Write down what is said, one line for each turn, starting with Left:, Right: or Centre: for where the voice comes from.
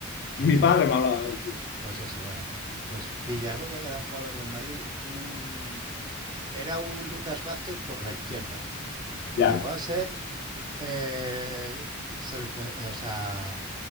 Right: eh,
Left: Mi padre me ha hablado del tío.
Right: pues eso, bueno, pues Villarroya, que era un jugador del Madrid, un, era un Lucas Vázquez por la izquierda
Left: Ya,
Right: y llegó a ser, eh, seleccion- eh, o sea,